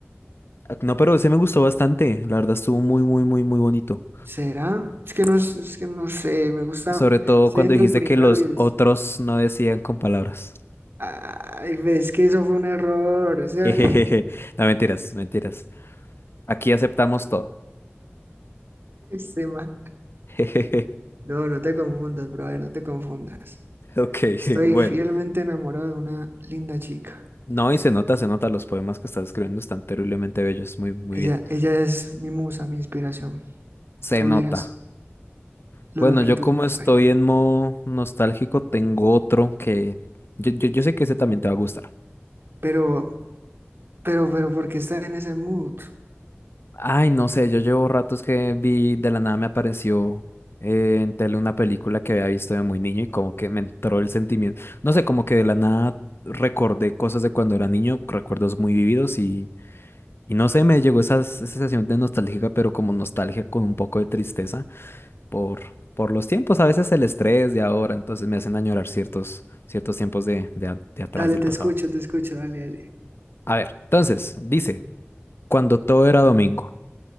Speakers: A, on the left; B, on the right.
A: Ah, No, pero ese me gustó bastante, la verdad estuvo muy, muy, muy, muy bonito.
B: ¿Será? Es que no, es es que no sé, me gusta,
A: Sobre todo
B: estoy
A: cuando
B: entre
A: dijiste
B: el primero
A: que los
B: y
A: otros
B: es,
A: no decían con palabras. <laughs>
B: ay, ves que eso fue un error, ese,
A: Jejeje.
B: <laughs>
A: No, mentiras, mentiras. Aquí aceptamos todo.
B: ese ma-
A: <laughs>
B: No, no te confundas, brother, no te confundas.
A: Ok, <laughs>
B: Estoy
A: bueno.
B: fielmente enamorado de una linda chica.
A: No, y se nota, se nota, los poemas que estás escribiendo están terriblemente bellos, muy, muy
B: Ella,
A: bien.
B: ella es mi musa, mi inspiración.
A: Se
B: Tú
A: nota.
B: vieras lo
A: Bueno,
B: loquito
A: yo como
B: que me
A: estoy
B: trae.
A: en modo nostálgico, tengo otro que yo, yo, yo sé que ese también te va a gustar.
B: Pero, pero, pero, ¿por qué estás en ese mood?
A: Ay, no sé, yo llevo ratos que vi, de la nada me apareció eh, en tele una película que había visto de muy niño y como que me entró el sentimiento. No sé, como que de la nada recordé cosas de cuando era niño, recuerdos muy vividos Y no sé, me llegó esa s- sensación de nostálgica pero como nostalgia con un poco de tristeza por, por los tiempos, a veces el estrés de ahora, entonces me hacen añorar ciertos, ciertos tiempos de, de, a- de atrás
B: Dale,
A: del
B: te
A: pasado.
B: escucho, te escucho, dale, dale.
A: A ver, entonces, dice, cuando todo era domingo,